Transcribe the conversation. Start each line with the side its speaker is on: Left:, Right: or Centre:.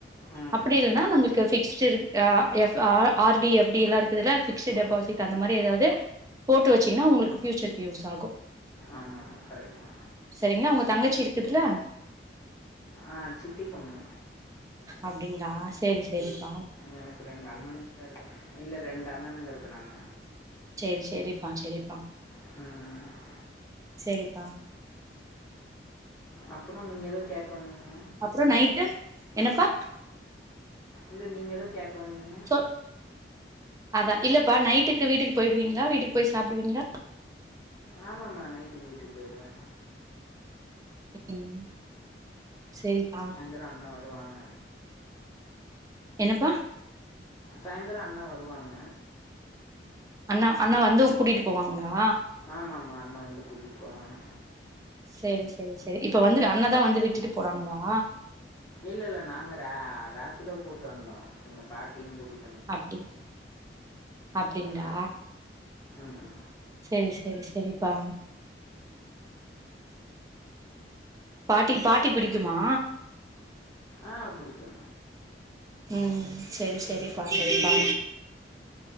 Left: ம்.
Right: அப்டி இல்லனா நம்ளுக்கு பிக்ஸ்டு இருக் எஸ் ஆர்டி எஃப் டிலா இருக்குதுல பிக்ஸ்ட் டெபாசிட் அந்த மாரி எதாவது போட்டு வெச்சீங்கனா உங்ளுக்கு பியூச்சர்க்கு யூஸ் ஆகு
Left: ஆம்மாமா கரெக்ட் தா
Right: செரிங்களா உங்க தங்கச்சி இருக்குதுல்ல
Left: ஆ சித்தி பொண்ணு
Right: அப்டிங்களா செரி செரிப்பா
Left: எனக்கு ரெண்டு அண்ணனுங்க தா இருக்குறாங்க இல்ல ரெண்டு அண்ணனுங்க இருக்குறாங்க
Right: சேரி சேரிப்பா சேரிப்பா
Left: ம்
Right: சேரிப்பா
Left: அப்றோ நீங்க ஏதோ கேக்க வந்தீங்க
Right: அப்றோ நைட்டு என்னப்பா
Left: இல்ல நீங்க எதோ கேக்க வந்தீங்க
Right: சொ அதா இல்லப்பா நைட்டுக்கு வீட்டுக்கு போயிடுவீங்களா வீட்டுக்கு போய் சாப்பிடுவீங்களா
Left: ஆமா‌ம் மா நைட்டுக்கு வீட்டுக்கு போயிருவே
Right: ம் சேரிப்பா
Left: அப்ப தா அண்ண வருவாங்க
Right: என்னப்பா
Left: சாய்ந்தரோ அண்ண வருவாங்க
Right: அண்ணா அண்ணா வந்து கூட்டிட்டு போவாங்களா
Left: ஆமா ஆமா அண்ண வந்து கூட்டிட்டு போவாங்க
Right: சேரி சேரி சேரி இப்ப வந்து அண்ணதா வந்து விட்டுட்டு போறாங்களா
Left: இல்ல இல்ல நாங்க ராபிட்டோ போட்டு வந்தோ எங்க பாட்டியு கூட்டி
Right: அப்டி அப்டிங்களா
Left: ஆ. ம் ம்
Right: சேரி சேரி சேரிப்பா பாட்டி பாட்டி பிடிக்குமா
Left: ஆ புடிக்கு
Right: ம் ம் சேரி சேரிப்பா சேரிப்பா